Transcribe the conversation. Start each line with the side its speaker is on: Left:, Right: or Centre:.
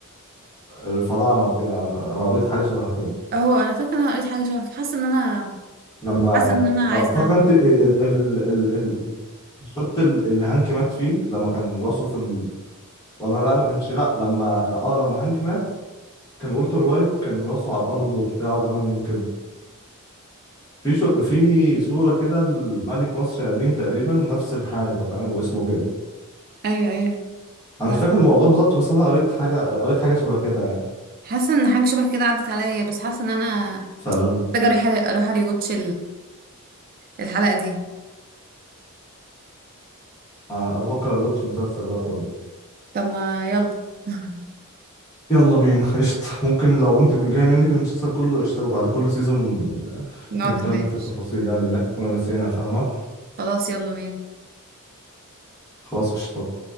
Left: الفراعنة وكده أنا أنا قريت حاجة شبه كده
Right: اه انا فاكرة ان انا قريت حاجة شبه كده. حاسة ان انا
Left: لما
Right: حاسة ان انا عايزة
Left: لو فاكرة أنت ال... ال... ال... ال... الشوط ال- اللي هانك مات فيه لما كان راسه في ال... ولا لا ما كانش لا لما لا اه لما هانك مات كان والتر وايت كان راسه على الأرض وبتاع وكلام من كده في شو... في صورة كده لملك مصر قديم تقريبا نفس الحاجة فاهم واسمه كده
Right: ايوه ايوه
Left: أنا
Right: لا
Left: مش فاكر الموضوع بالظبط بس أنا قريت حاجة قريت حاجة شبه كده يعني
Right: حاسه ان حاجه شبه كده عدت عليا بس حاسه ان انا
Left: فال...
Right: محتاجه اروح اروح اري واتش الحلقه دي
Left: آه، بفكر أروتش المسلسل ده كله
Right: طب ما يلا <laughs>
Left: يلا بينا قشطة ممكن لو انت جاي منك المسلسل كله قشطة وبعد كل سيزون
Right: نقعد
Left: نتكلم
Right: نتناقش
Left: في التفاصيل يعني اللي احنا كنا ناسيينها فاهمة
Right: خلاص يلا بينا
Left: خلاص قشطة